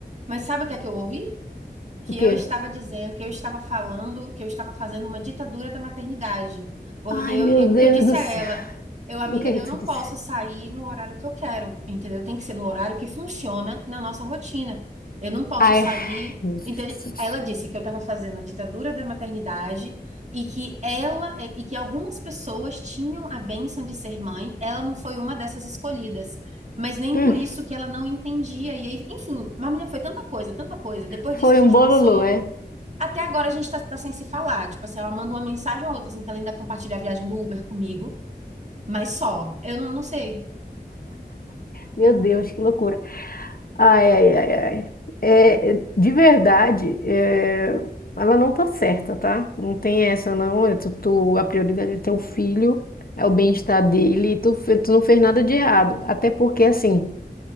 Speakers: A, on the right; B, on the left.
A: Mas sabe o que é que eu ouvi? que
B: O quê?
A: eu estava dizendo, que eu estava falando, que eu estava fazendo uma ditadura da maternidade. Porque
B: Ai,
A: eu,
B: meu
A: eu, porque
B: Deus
A: eu disse
B: do
A: a
B: céu.
A: ela, eu, amiga,
B: O que é que
A: eu não
B: tu disse?
A: posso sair no horário que eu quero, entendeu? Tem que ser no horário que funciona na nossa rotina. Eu não posso
B: Ai,
A: sair.
B: meu Deus
A: Entende?
B: do
A: Ela
B: céu.
A: disse que eu estava fazendo a ditadura da maternidade e que ela e que algumas pessoas tinham a bênção de ser mãe, ela não foi uma dessas escolhidas mas nem
B: Hum,
A: por isso que ela não entendia. E aí, enfim, mas menina, foi tanta coisa, tanta coisa. Depois
B: foi
A: disso, a gente
B: um bololô,
A: passou.
B: é?
A: Até agora a gente tá, tá sem se falar. Tipo assim, ela manda uma mensagem ou outra, assim, que ela ainda compartilha a viagem do Uber comigo, mas só. Eu não, não sei.
B: Meu Deus, que loucura. Ai, ai, ai, ai. É, é, de verdade, é, ela não tá certa, tá? Não tem essa, não. É tu, tu- a prioridade é teu filho, é o bem-estar dele, e tu, fe- tu não fez nada de errado. Até porque, assim,